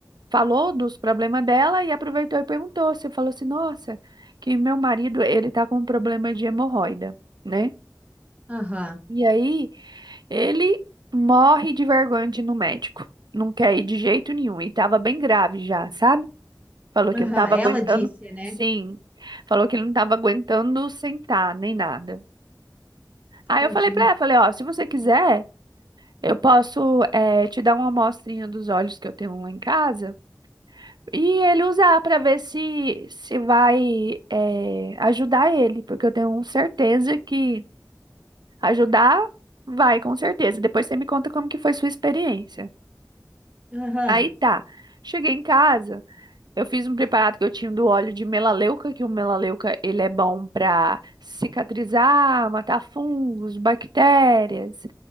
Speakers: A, on the right; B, on the right.
A: falou dos problemas dela e aproveitou e perguntou. Você falou assim, nossa, que meu marido, ele tá com um problema de hemorroida, né?
B: Aham,
A: E aí ele morre de vergonha de ir no médico. Não quer ir de jeito nenhum. E tava bem grave já, sabe? Falou
B: aham.
A: que não tava
B: Ela
A: aguentando.
B: disse, né?
A: Sim. Falou que ele não tava aguentando sentar, nem nada. Aí
B: Tadinho.
A: eu falei pra ela, falei, ó, se você quiser, eu posso eh, te dar uma amostrinha dos olhos que eu tenho lá em casa. E ele usar para ver se, se vai eh, ajudar ele, porque eu tenho certeza que ajudar vai, com certeza. Depois você me conta como que foi sua experiência.
B: Aham,
A: Aí tá, cheguei em casa, eu fiz um preparado que eu tinha do óleo de melaleuca, que o melaleuca ele é bom para cicatrizar, matar fungos, bactérias,